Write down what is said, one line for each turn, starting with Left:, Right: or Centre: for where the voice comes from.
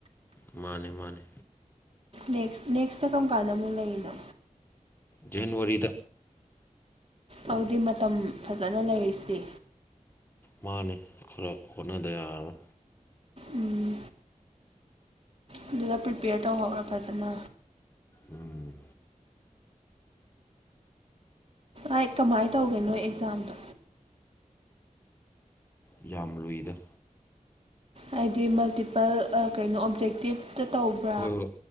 Left: ꯃꯥꯅꯦ ꯃꯥꯟꯅꯦ
Right: ꯅꯦꯛꯁ ꯅꯦꯛꯁꯅ ꯀꯔꯝ ꯀꯥꯟꯗ ꯑꯃꯨꯛ ꯂꯩꯔꯤꯅꯣ
Left: ꯖꯟꯋꯥꯔꯤꯗ
Right: ꯑꯗꯨꯗꯤ ꯃꯇꯝ ꯐꯖꯅ ꯂꯩꯔꯤꯁꯤꯗꯤ
Left: ꯃꯥꯅꯤ ꯈꯔ ꯍꯣꯠꯅꯗ ꯌꯥꯔꯔꯣꯏ
Right: ꯎꯝ ꯑꯗꯨꯗ ꯄ꯭ꯔꯤꯄꯦꯌꯔ ꯇꯧꯍꯧꯔꫭ ꯐꯖꯅ
Left: ꯎꯝ
Right: ꯑꯩ ꯀꯃꯥꯏꯅ ꯇꯧꯒꯦ ꯅꯣꯏ ꯑꯦꯛꯖꯥꯝꯗꯣ
Left: ꯌꯥꯝ ꯂꯨꯏꯗ
Right: ꯍꯥꯏꯗꯤ ꯃꯜꯇꯤꯄꯜ ꯀꯩꯅꯣ ꯑꯣꯞꯖꯦꯛꯇꯤꯞꯇ ꯇꯧꯕ꯭ꯔꯥ
Left: ꯍꯣꯏ ꯍꯣꯏ